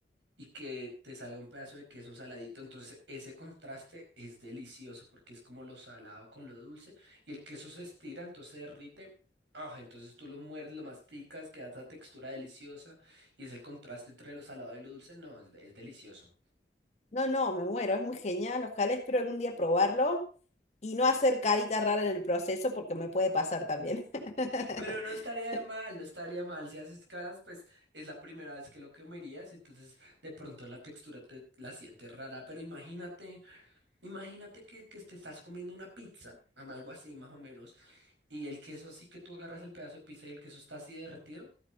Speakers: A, on the right; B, on the left.
A: y que te salga un pedazo de queso saladito. Entonces, ese contraste es delicioso porque es como lo salado con lo dulce y el queso se estira, entonces se derrite. Ah, entonces tú lo muerdes, lo masticas, queda esa textura deliciosa y es el contraste entre lo salado y lo dulce. No, es, es delicioso.
B: No, no, me muero, es muy genial. Ojalá espero algún día probarlo y no hacer caritas raras en el proceso porque me puede pasar también.
A: Pero
B: <laughs>
A: no estaría de mal, no estaría mal. Si haces caras, pues es la primera vez que lo comerías, entonces de pronto la textura te la sientes rara. Pero imagínate. Imagínate que, que te estás comiendo una pizza, am- algo así más o menos, y el queso así que tú agarras el pedazo de pizza y el queso está así derretido,